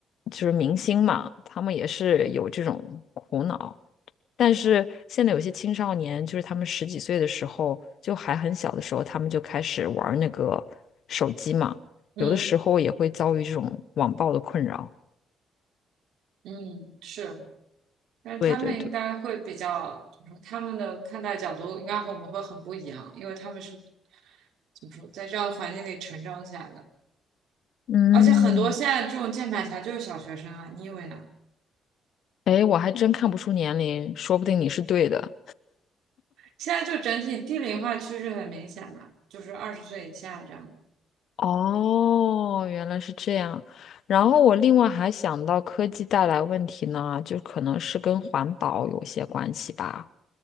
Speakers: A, on the left (about 70°); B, on the right (about 80°).
A: 就是明星嘛，他们也是有这种苦恼，但是现在有些青少年，就是他们十几岁的时候，就还很小的时候，他们就开始玩儿那个手机嘛。
B: 嗯
A: 有的时候也会遭遇这种网暴的困扰。
B: 嗯，是，但是他们应该会比较，
A: 对对对，
B: 怎么说他们的看待角度应该和我们会很不一样，因为他们是怎么说，在这样的环境里成长起来的。
A: 嗯，
B: 而且很多现在这种键盘侠就是小学生啊，你以为呢？
A: 哎，我还真看不出年龄，说不定你是对的。
B: 现在就整体低龄化趋势很明显嘛，就是二十岁以下这样。
A: 哦，原来是这样。然后我另外还想到科技带来问题呢，就可能是跟环保有些关系吧。